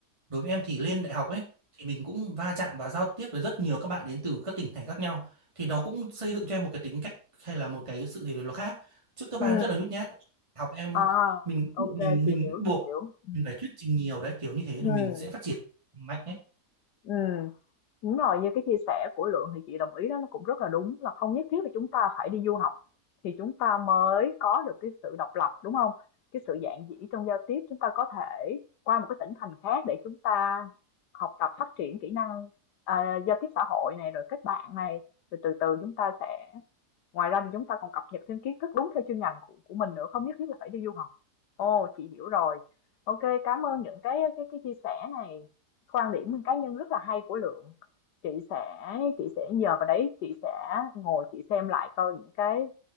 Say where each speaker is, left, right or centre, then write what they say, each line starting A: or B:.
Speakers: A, on the right (about 20°); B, on the left (about 85°).
A: đối với em thì lên
B: ừ
A: đại học ấy thì mình cũng va chạm và giao tiếp với rất nhiều các bạn đến từ các tỉnh thành khác nhau thì nó cũng xây dựng cho em một cái tính cách hay là một cái sự gì đấy nó khác trước các
B: ừ
A: bạn em rất là nhút nhát học em
B: à
A: mình mình
B: ok chị
A: mình
B: hiểu
A: buộc
B: chị hiểu ừ
A: mình phải thuyết trình nhiều đấy kiểu như thế
B: ừ
A: thì mình sẽ phát triển mạnh ấy
B: ừ Đúng rồi, như cái chia sẻ của Lượng thì chị đồng ý đó, nó cũng rất là đúng là không nhất thiết là chúng ta phải đi du học thì chúng ta mới có được cái sự độc lập đúng không? Cái sự dạn dĩ trong giao tiếp chúng ta có thể qua một cái tỉnh thành khác để chúng ta học tập phát triển kỹ năng à, giao tiếp xã hội này rồi kết bạn này rồi từ từ chúng ta sẽ Ngoài ra thì chúng ta còn cập nhật thêm kiến thức đúng theo chuyên ngành của của mình nữa, không nhất thiết là phải đi du học. Ồ, chị hiểu rồi. Ok, cảm ơn những cái cái cái chia sẻ này, quan điểm cá nhân rất là hay của Lượng. Chị sẽ chị sẽ nhờ vào đấy, chị sẽ ngồi chị xem lại coi những cái